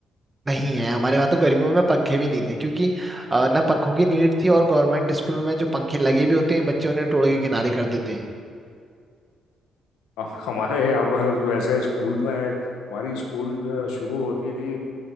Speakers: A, on the right; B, on the left.
A: नहीं है हमारे यहाँ तो गर्मियों में पंखे भी नहीं थे क्योंकि अ, ना पंखों की नीड थी और गवर्नमेंट स्कूल में जो पंखे लगे भी होते हैं बच्चे उन्हें तोड़ के किनारे कर देते हैं
B: अ, हमारे यहाँ पर वैसे स्कूल में हमारी स्कूल जो शुरू होती थी अ,